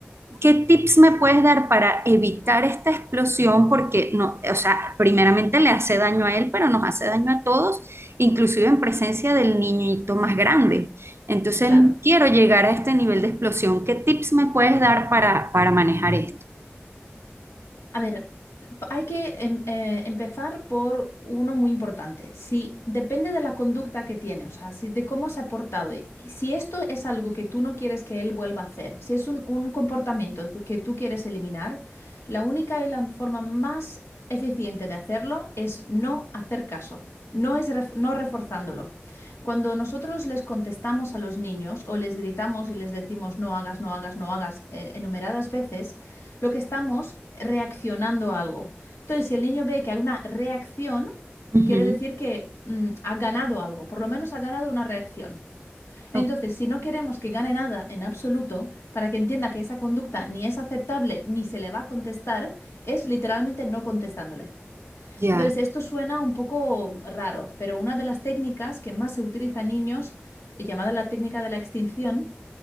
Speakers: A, on the right; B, on the left.
A: ¿qué tips me puedes dar para evitar esta explosión? Porque no, o sea, primeramente le hace daño a él, pero nos hace daño a todos inclusive en presencia del niñito más grande. Entonces,
B: claro.
A: quiero llegar a este nivel de explosión. ¿Qué tips me puedes dar para, para manejar esto?
B: A ver, hay que em- eh, empezar por uno muy importante. Si depende de la conducta que tiene, o sea, si, de cómo se ha portado, y y si esto es algo que tú no quieres que él vuelva a hacer, si es un, un comportamiento tú- que tú quieres eliminar, la única y la forma más eficiente de hacerlo es no hacer caso, no es ref- no reforzándolo. Cuando nosotros les contestamos a los niños o les gritamos y les decimos no hagas, no hagas, no hagas eh, enumeradas veces, lo que estamos reaccionando a algo. Entonces, si el niño ve que hay una reacción,
A: Ujú,
B: quiere decir que mm, ha ganado algo, por lo menos ha ganado una reacción. Entonces,
A: ok,
B: si no queremos que gane nada en absoluto, para que entienda que esa conducta ni es aceptable ni se le va a contestar, es literalmente no contestándole.
A: ya.
B: Entonces, esto suena un poco raro, pero una de las técnicas que más se utiliza en niños, eh, llamada la técnica de la extinción,